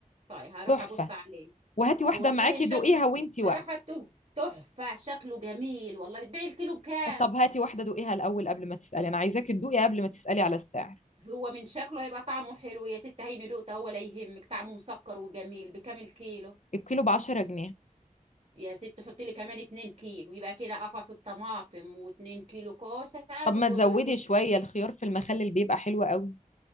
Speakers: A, on the right (about 45°); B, on the left (about 55°).
A: طيب هروح
B: تحفه
A: ابص عليه
B: وهاتي
A: اه
B: واحده
A: والله
B: معاكي
A: شكله
B: دوقيها وانتي واقفه
A: صراحه تحفه شكله جميل والله بتبيعي الكيلو بكام
B: طب هاتي واحدة دوقيها الأول قبل ما تسألي أنا عايزاكي تدوقي قبل ما تسألي على السعر
A: هو من شكله هيبقى طعمه حلو يا ست هيني دقته ولا يهمك طعمه مسكر وجميل بكام كيلو
B: الكيلو بعشرة جنيه
A: يا ست حطي لي كمان 2 كيلو يبقى كده قفص الطماطم و2 كيلو كوسه
B: طب
A: و...
B: ما تزودي
A: و...
B: شوية الخيار في المخلل بيبقى حلو قوي